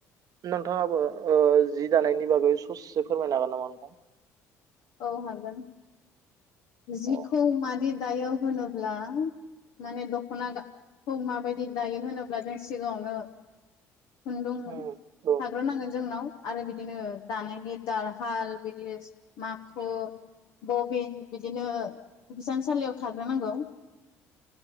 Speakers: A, on the right (about 50°); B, on the left (about 60°).
A: नोंथाङाबो ओ जि दानायनि बागै सससे फोरमायनो हागोन नामा नोंथां
B: औ हागोन जिखौ
A: औ
B: मादि दायो होनोब्ला माने दखना गा‌ खौ माबायदि दायो होनोब्ला जों सिगाङावनो खुन्दुं
A: औ औ
B: थाग्रोनांगोन जोंनाव आरो बिदिनो दानायनि दारहाल बिदिस माखु बबिन बिदिनो हिसानसालियाव थाग्रोनांगोन